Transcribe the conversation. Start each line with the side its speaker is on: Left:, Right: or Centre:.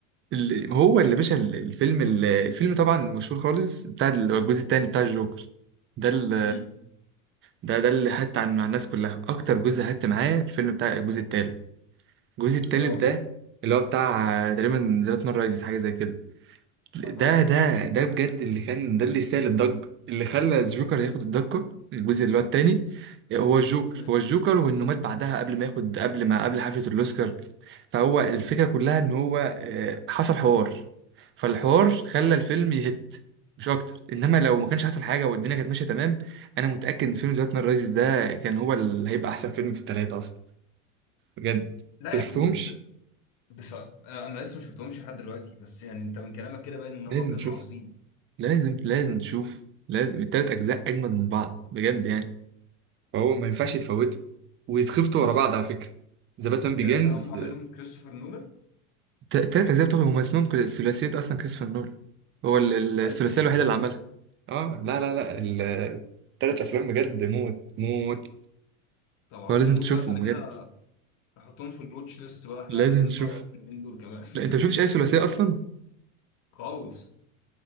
Right: ال... هو اللي باشا ال- الفيلم ال... الفيلم طبعا مشهور خالص بتاع ال- الجزء التاني بتاع الجوكر ده ال...
Left: امم
Right: ده ده اللي حت عن مع الناس كلها اكتر جزء حت معاه الفيلم بتاع الجزء التالت الجزء التالت
Left: اه
Right: ده اللي هو بتاع تقريبا ذا نايت رايزز حاجة زي كده ده
Left: اه
Right: ده ده بجد اللي كان ده اللي يستاهل الضجة اللي خلى الجوكر ياخد الضجة الجزء اللي هو التاني هو الجوكر
Left: امم
Right: هو الجوكر وانه مات بعدها قبل ما ياخد قبل ما قبل حفلة الاوسكار فهو الفكرة كلها ان هو آه، حصل حوار فالحوار خلى الفيلم يهت مش اكتر انما لو ما كانش حصل حاجة والدنيا كانت ماشية تمام انا متأكد ان فيلم ذا باتمان رايزز ده كان هو اللي هيبقى احسن فيلم في التلاتة اصلا بجد
Left: لا
Right: انت مشفتهمش
Left: يا عم بس بس انا لسه ما شفتهمش لحد دلوقتي بس يعني انت من كلامك كده باين ان
Right: لازم
Left: هو فيلم
Right: تشوف
Left: عظيم
Right: لازم لازم تشوف لازم التلات اجزاء اجمد من بعض بجد يعني فهو ما ينفعش يتفوته ويتخبطوا
Left: هما
Right: ورا بعض على فكرة ذا باتمان
Left: الثلاثه
Right: بيجينز
Left: اللي هم عملهم كريستوفر نولان
Right: ت- تلات أجزاء بتوعهم هما اسمهم كده ثلاثية أصلا كريستوفر نولان هو ال- ال-
Left: ولع
Right: الثلاثية
Left: الدنيا
Right: الوحيدة اللي عملها اه لا لا لا ال- التلات افلام بجد موت موت
Left: طب عظيم
Right: هو لازم
Left: موت
Right: تشوفهم
Left: لا ده انا
Right: بجد
Left: كده احطهم في الواتش ليست بقى احنا
Right: لازم
Left: لازم
Right: تشوفهم
Left: نتفرج على الفيلمين دول كمان
Right: لا أنت مشوفش أي
Left: <laughs>
Right: ثلاثية أصلا
Left: خالص